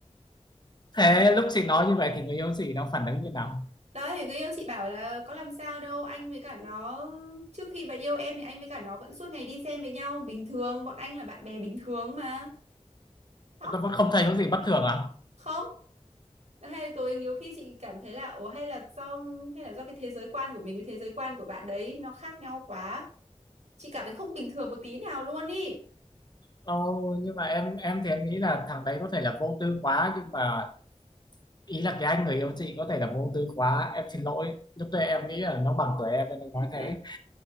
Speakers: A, on the left (about 35°); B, on the right (about 70°).
A: thế lúc chị nói như vậy thì người yêu chị nó phản ứng như nào
B: Đấy, thì người yêu chị bảo là có làm sao đâu, anh với cả nó trước khi bà yêu em thì anh với cả nó vẫn suốt ngày đi xem với nhau bình thường, bọn anh là bạn bè bình thường mà. Đó,
A: nó vẫn không thấy có gì bất thường à
B: không. Hay là tôi nhiều khi chị cảm thấy là ồ hay là do hay là do cái thế giới quan của mình với thế giới quan của bạn đấy nó khác nhau quá. Chị cảm thấy không bình thường một tí nào luôn ý.
A: Ồ, nhưng mà em em thì em nghĩ là thằng đấy có thể là vô tư quá nhưng mà ý là cái anh người yêu chị có thể là vô tư quá em xin lỗi lúc đấy em nghĩ là nó bằng tuổi em nên em nói
B: <laughs>
A: thế